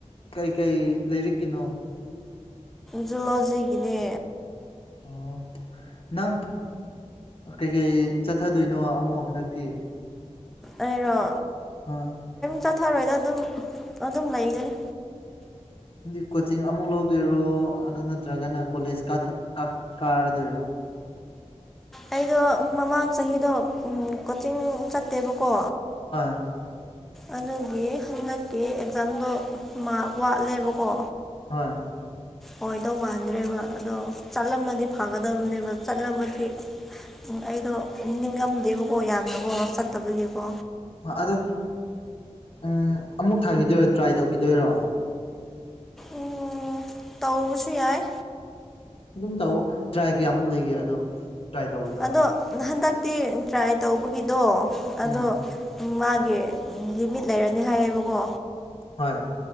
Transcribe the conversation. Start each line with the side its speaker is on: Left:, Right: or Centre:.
Left: ꯀꯩ ꯀꯩ ꯂꯩꯔꯤꯀꯤꯅꯣ
Centre: ꯖꯨꯂꯣꯖꯤꯒꯤꯅꯦ
Left: ꯑꯣ ꯅꯪ ꯀꯩꯀꯩ ꯆꯠꯊꯗꯣꯏꯅꯣ ꯑꯃꯨꯛ ꯍꯟꯗꯛꯇꯤ
Centre: ꯑꯩꯅ
Left: ꯍꯥ
Centre: ꯆꯠꯊꯔꯣꯏꯗ ꯑꯗꯨꯝ ꯑꯗꯨꯝ ꯂꯩꯒꯅꯤ
Left: ꯗꯤ ꯀꯣꯆꯤꯡ ꯑꯃꯨꯛ ꯂꯧꯗꯣꯏꯔꯣ ꯑꯗꯨ ꯅꯠꯇ꯭ꯔꯒꯅ ꯀꯣꯂꯦꯖ ꯀꯥꯔꯗꯣꯏꯔꯣ
Centre: ꯑꯩꯗꯣ ꯃꯃꯥꯡ ꯆꯍꯤꯗꯣ ꯀꯣꯆꯤꯡ ꯆꯠꯇꯦꯕꯀꯣ
Left: <inaudible>
Centre: ꯑꯗꯨꯒꯤ ꯍꯟꯗꯛꯀꯤ ꯑꯦꯛꯖꯥꯝꯗꯣ ꯃꯥꯔꯛ ꯋꯥꯠꯂꯦꯕꯀꯣ
Left: ꯍꯣꯏ
Centre: ꯑꯣꯏꯣꯏꯗꯧ ꯃꯥꯟꯗ꯭ꯔꯦꯕ ꯑꯗꯣ ꯆꯠꯂꯝꯃꯗꯤ ꯐꯒꯗꯕꯅꯦꯕ ꯆꯠꯂꯝꯃꯗꯤ ꯎꯝ ꯑꯩꯗꯣ ꯅꯤꯡꯉꯝꯗꯦꯕꯀꯣ ꯌꯥꯝꯅꯀꯣ ꯆꯠꯇꯕꯒꯤꯀꯣ
Left: ꯑꯗꯣ ꯎ ꯑꯃꯨꯛ ꯊꯥꯈꯤꯗꯣꯏꯔꯣ ꯇ꯭ꯔꯥꯏ ꯇꯧꯈꯤꯗꯣꯏꯔꯣ
Centre: ꯎꯝ ꯇꯧꯕꯁꯨ ꯌꯥꯏ
Left: ꯑꯗꯨꯝ ꯇꯧꯑꯣ ꯇ꯭ꯔꯥꯏ ꯀꯌꯥꯃꯨꯛ ꯂꯩꯒꯦ ꯑꯗꯣ ꯇ꯭ꯔꯥꯏ ꯇꯧꯕꯗꯣ
Centre: ꯑꯗꯣ ꯍꯟꯗꯛꯇꯤ ꯇ꯭ꯔꯥꯏ ꯇꯧꯕꯒꯤꯗꯣ ꯑꯗꯣ
Left: ꯎꯝ
Centre: ꯃꯥꯒꯤ ꯂꯤꯃꯤꯠ ꯂꯩꯔꯅꯤ ꯍꯥꯏꯌꯦꯕꯀꯣ
Left: ꯍꯣꯏ